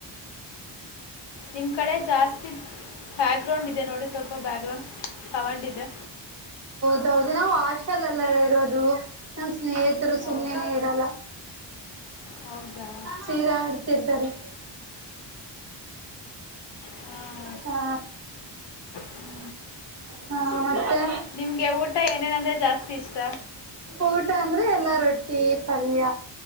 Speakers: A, on the left; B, on the right.
A: ನಿಮ್ ಕಡೆ ಜಾಸ್ತಿ ಬ್ಯಾಕ್ಗ್ರೌಂಡ್ ಇದೆ ನೋಡಿ ಸ್ವಲ್ಪ ಬ್ಯಾಕ್ಗ್ರೌಂಡ್ ತಗೊಂಡಿದೆ.
B: ಹೌದು ನಾವು ಹಾಸ್ಟೆಲಲ್ಲೆಲ್ಲ ಇರೋದು ನಮ್ಸ್ ಸ್ನೇಹಿತರು
A: ಹೌ
B: ಸುಮ್ನೆನೆ ಇರಲ್ಲ.
A: ಹೌದಾ
B: ಚೀರಾಡ್ತಿರ್ತಾರೆ
A: ಹಾಂ
B: ಹಾ
A: ಹ್ಞೂ
B: ಹಾ ಮತ್ತೆ
A: ನಿಮಗೆ ಊಟ ಏನೇನಂದರೆ ಜಾಸ್ತಿ ಇಷ್ಟ
B: ಊಟ ಅಂದ್ರೆ ಎಲ್ಲಾ ರೊಟ್ಟಿ ಪಲ್ಯ